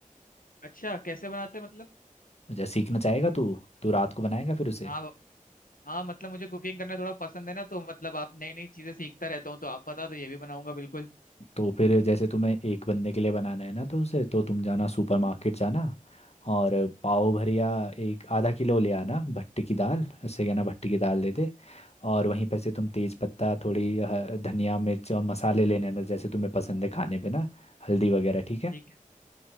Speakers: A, on the left; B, on the left.
A: अच्छा कैसे बनाते हैं मतलब
B: अच्छा सीखना चाहेगा तू तू रात को बनाएगा फिर उसे
A: हाँ हाँ मतलब मुझे कुकिंग करना थोड़ा पसंद है ना तो मतलब आप नई नई चीजें सीखता रहता हूँ तो आप बता दो ये भी बनाऊंगा बिल्कुल
B: तो फिर जैसे तुम्हें एक बंदे के लिए बनाना है ना तो उसे तो तुम जाना सुपरमार्केट जाना और पाव भरिया एक आधा किलो ले आना भट्टी की दाल उससे कहना भट्टी की दाल दे दे और वहीं पर से तुम तेज पत्ता थोड़ी अ, धनिया मिर्च और मसाले ले लेना जैसे तुम्हें पसंद है खाने पे ना हल्दी वगैरह ठीक है
A: ठीक है